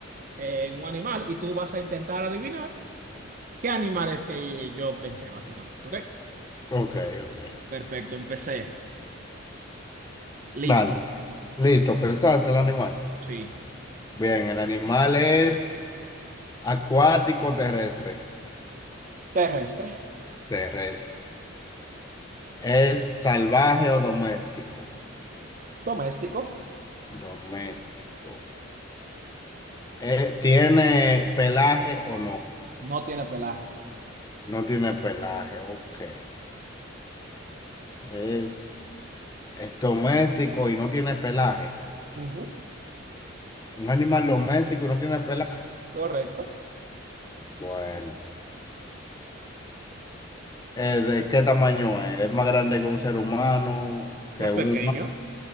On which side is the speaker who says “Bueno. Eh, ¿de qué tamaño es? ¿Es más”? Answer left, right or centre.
Left